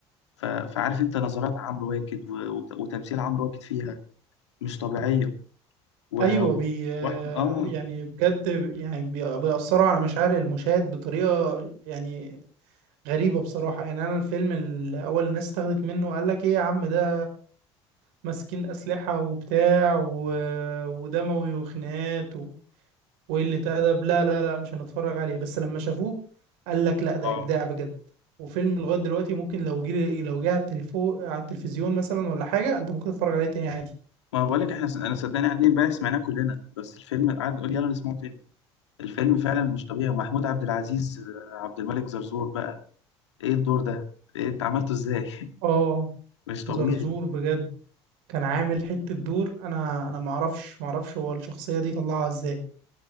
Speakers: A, on the left; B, on the right.
A: ف- فعارف انت نظرات عمرو واكد و- وت- وتمثيل عمرو واكد فيها مش طبيعية و...
B: ايوه بي آه،
A: وأحم... اه
B: يعني بجد يعني بي- بيأثروا على مشاعر المشاهد بطريقة يعني غريبة بصراحة يعني انا الفيلم الاول الناس استخدت منه وقال لك ايه يا عم ده ماسكين اسلحة وبتاع و... ودموي وخناقات وقلة أدب لا لا لا مش هنتفرج عليه بس لما شافوه قال لك لا ده
A: اه
B: إبداع بجد وفيلم لغاية دلوقتي ممكن لو جه لو جه على التليفون على التلفزيون مثلا ولا حاجة أنت ممكن تتفرج عليه تاني عادي
A: ما بقولك احنا س... انا صدقني قاعدين امبارح سمعناه كلنا بس الفيلم قعد نقول يلا نسمعه تاني الفيلم فعلا مش طبيعي ومحمود عبد العزيز آه، عبد الملك زرزور بقى ايه الدور ده إيه انت عملته ازاي
B: آه
A: <laughs> مش طبيعي
B: زرزور بجد كان عامل حتة دور أنا أنا معرفش معرفش هو الشخصية دي طلعها إزاي